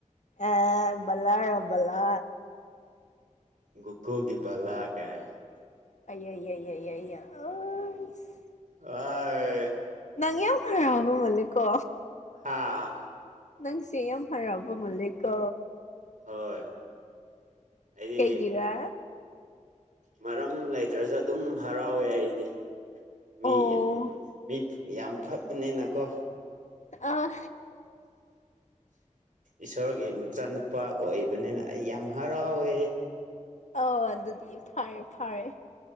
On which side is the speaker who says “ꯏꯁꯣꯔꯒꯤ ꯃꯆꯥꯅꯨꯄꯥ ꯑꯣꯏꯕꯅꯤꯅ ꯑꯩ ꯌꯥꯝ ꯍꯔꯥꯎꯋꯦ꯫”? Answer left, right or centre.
Right